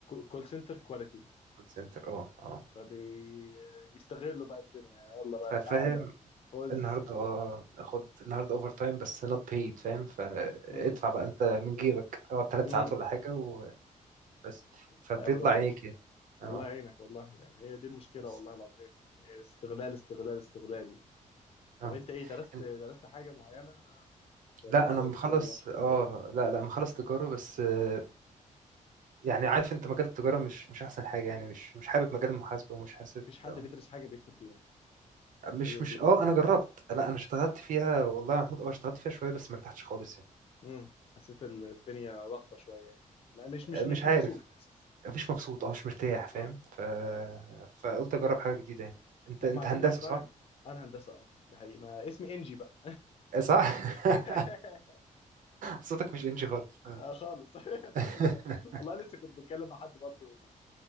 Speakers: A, on the left; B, on the right.
A: كول سنتر كواليتي
B: كول سنتر اه اه
A: فبيستغلوا بقى الدنيا يلا بقى تعالى
B: فاهم
A: خذ
B: النهارده اه اخد النهارده اوفر تايم بس not paid فاهم فادفع
A: امم
B: بقى انت من جيبك اقعد ثلاث
A: امم
B: ساعات ولا حاجه و بس فبيطلع
A: يا ولاد
B: عينيك
A: ال...
B: يعني. اه
A: الله يعينك والله يعني هي دي المشكله
B: بس
A: والله العظيم يعني إيه استغلال استغلال استغلال يعني طب
B: اه
A: انت ايه درست
B: إن-
A: درست حاجه معينه ولا
B: لا انا
A: قلت
B: مخلص
A: يلا
B: اه لا لا مخلص تجاره بس آه، يعني عارف انت مجال التجاره مش مش احسن حاجه يعني مش مش حابب
A: صبر
B: مجال المحاسبه ومش حاسب
A: مفيش حد
B: آه.
A: بيدرس حاجة بيدخل فيها
B: مش
A: هي
B: مش
A: دي ال...
B: اه انا جربت لا انا اشتغلت فيها والله يا محمود اه اشتغلت فيها شويه بس ما ارتحتش خالص يعني
A: مم. حسيت الدنيا ضغطة شوية يعني ما- مش مش
B: آه، مش
A: مش
B: عارف
A: مبسوط
B: مش مبسوط اه مش مرتاح فاهم
A: اه
B: ف...
A: اوكي
B: فقلت اجرب حاجه جديده يعني انت
A: طب
B: انت
A: مع الاوفر
B: هندسه
A: تايم
B: صح؟
A: انا هندسة اه ده حقيقي ما اسمي انجي بقى
B: آه، صح؟ <laughs>
A: <laughs>
B: صوتك مش انجي خالص آه.
A: آه خالص <laughs> الحمد
B: <laughs>
A: لله والله لسه كنت بتكلم مع حد برضه